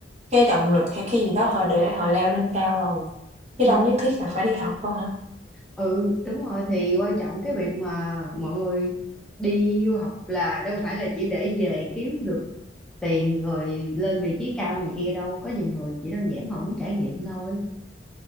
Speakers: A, on the right; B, in the centre.
A: cái động lực hay cái gì đó họ để họ leo lên cao rồi, chứ
B: ừ
A: đâu nhất thiết là phải đi học đâu hả?
B: ừ đúng rồi thì quan trọng cái việc mà mọi người đi du học là đâu phải là chỉ để về kiếm được tiền rồi lên vị trí cao này kia đâu có nhiều người chỉ đơn giản họ muốn trải nghiệm thôi